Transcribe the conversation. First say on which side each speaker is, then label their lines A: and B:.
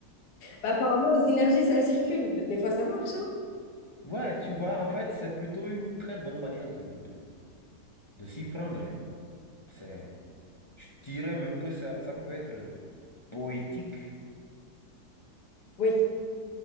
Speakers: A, on the left; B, on the left.
A: Bah, apparemment, les énergies, ça circule. Des fois, ça marche, hein.
B: Ouais, tu vois, en fait, c'est plutôt une très bonne manière de, de, de s'y prendre, hein. C'est, je dirais même que ça, ça peut être euh, poétique.
A: Oui,